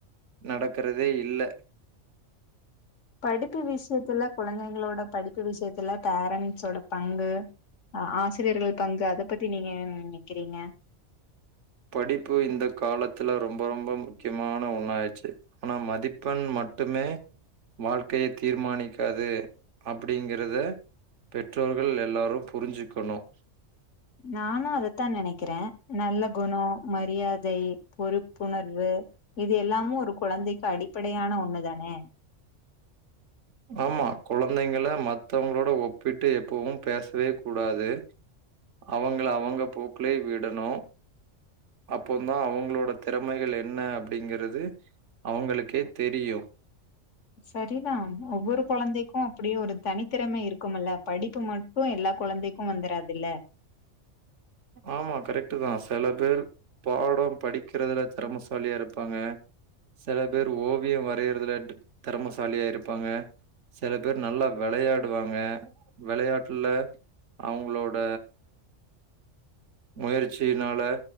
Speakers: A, on the right; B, on the left.
A: நடக்கிறதே இல்ல
B: படிப்பு விஷயத்துல குழந்தைங்களோட படிப்பு விஷயத்துல பேரண்ட்ஸோட பங்கு அ ஆசிரியர்கள் பங்கு அத பத்தி நீங்க என்ன நெனைக்கிறீங்க
A: படிப்பு இந்த காலத்துல ரொம்ப ரொம்ப முக்கியமான ஒண்ணா ஆச்சு ஆனா மதிப்பெண் மட்டுமே வாழ்க்கைய தீர்மானிக்காது அப்படிங்கிறத பெற்றோர்கள் எல்லாரும் புரிஞ்சிக்கணும்
B: நானும் அதத்தான் நினைக்கிறேன் நல்ல குணம் மரியாதை பொறுப்புணர்வு இது எல்லாமும் ஒரு குழந்தைக்கு அடி ப்படையான ஒண்ணு தானே
A: ஆமா குழந்தைங்க மத்தவங்களோட ஒப்பிட்டு எப்பவும் பேசவே கூடாது அவுங்கள அவுங்க போக்குலே விடணு அப்ப தா அவுங்களோட திறமைகள் என்ன அப்படிங்கிறது அவுங்களுக்கே தெரியும்
B: சரிதா ஒவ்வொரு குழந்தைக்கும் அப்டியே ஒரு தனித்திறமை இருக் க்கும்ல படிப்பு மட்டும் எல்லா குழந்தைக்கும் வந்துராதுல்ல
A: ஆமா கரெக்டு தான் சில பேர் பாடம் படிக்கிறதுல திறமசாலியா இருப்பாங்க சில பேர் ஓவியம் வரையிறதுல திறமசாலியா இருப்பாங்க சில பேர் நல்லா விளையாடுவாங்க விளையாட்டுல அவுங்களோட முயற்சினால